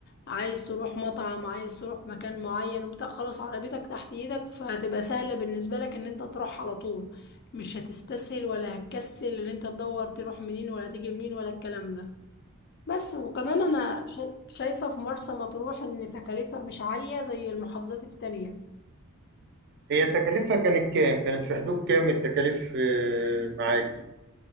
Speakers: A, on the left; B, on the right.
A: عايز تروح مطعم عايز تروح مكان معين وبتاع خلاص عربيتك تحت ايدك فهتبقى سهله بالنسبه لك ان انت تروح على طول مش هتستسهل ولا هتكسل ان انت تدور تروح منين ولا تيجي منين ولا الكلام ده بس وكمان أنا شا- شايفة في مرسى مطروح إن تكاليفها مش عالية زي المحافظات التانية
B: هي تكاليفها كانت كام؟ كانت في حدود كام التكاليف آه، معاكي؟